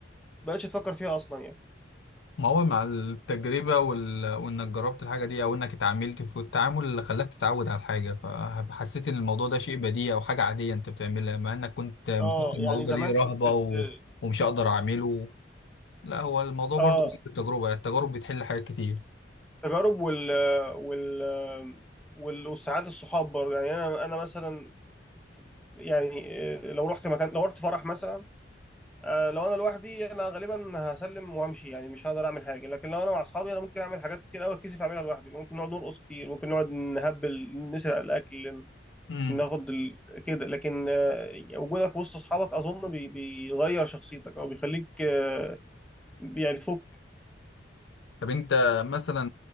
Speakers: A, in the centre; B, on the left (about 75°).
A: ما بقتش تفكر فيها اصلا يعني
B: ما هو مع التجربة وال... وإنك جربت الحاجة دي أو إنك اتعاملت في التعامل اللي خلاك تتعود على الحاجة فحسيت إن الموضوع ده شيء بديهي أو حاجة عادية أنت بتعملها مع إنك كنت مفكر
A: اه
B: الموضوع
A: يعني
B: ده
A: زمان
B: ليه رهبة
A: كنت ت-
B: و... ومش هقدر أعمله لا هو الموضوع
A: اه
B: برضو بيجي بالتجربة التجارب بتحل حاجات كتير
A: تجارب وال وال وال- والسعادة الصحاب برضه يعني انا انا مثلا ف- يعني آه، لو رحت مكان لو رحت فرح مثلا آه، لو انا لوحدي انا غالبا هسلم وامشي يعني مش هقدر اعمل حاجه لكن لو انا مع اصحابي انا ممكن اعمل حاجات كتير قوي اتكسف اعملها لوحدي ممكن نقعد نرقص كتير ممكن نقعد نهبل نسرق الاكل
B: امم
A: ناخد ال... كده لكن آه، وجودك وسط اصحابك اظن بي... بيغير شخصيتك او بيخليك آه، يعني بتفك
B: طب انت مثلا